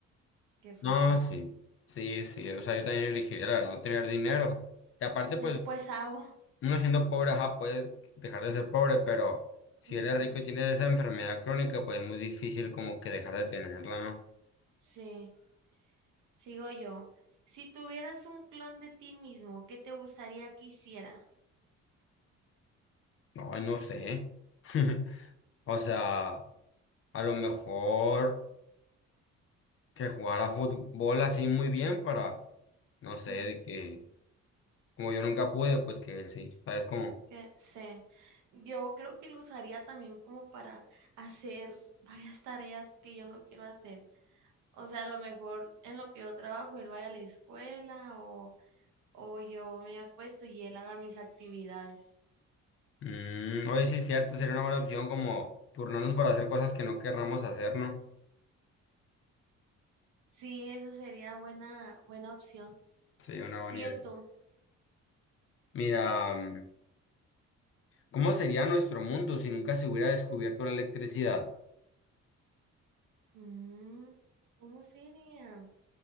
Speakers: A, on the right; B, on the left.
A: qué flojera.
B: No, sí, sí, sí, o sea, yo también elegiría, la verdad, no tener dinero. Y aparte,
A: Después
B: pues,
A: hago. <laughs>
B: uno siendo pobre, ajá, puede dejar de ser pobre, pero si
A: Ujú.
B: eres rico y tienes esa enfermedad crónica, pues es muy difícil como que dejar de tenerla, ¿no?
A: Sí, sigo yo. Si tuvieras un clon de ti mismo, ¿qué te gustaría que hiciera?
B: No, no sé. <laughs> O sea, a lo mejor que jugara fútbol así muy bien para, no sé,
A: Mm,
B: de que, como yo nunca pude, pues que él sí, ¿sabes? Como,
A: Que sé, yo creo que lo usaría también como para hacer <laughs> varias tareas que yo no quiero hacer. O sea, a lo mejor en lo que yo trabajo, él vaya a la escuela o, o yo me acuesto y él haga mis actividades.
B: mm, oye, sí, cierto, sería una buena opción como turnarnos para hacer cosas que no querramos hacer, ¿no?
A: Sí, esa sería buena, buena opción.
B: Sería una buena
A: ¿Sigues
B: idea.
A: tú?
B: Mira, mm, ¿cómo sería nuestro mundo si nunca se hubiera descubierto la electricidad?
A: Mm, ¿cómo sería?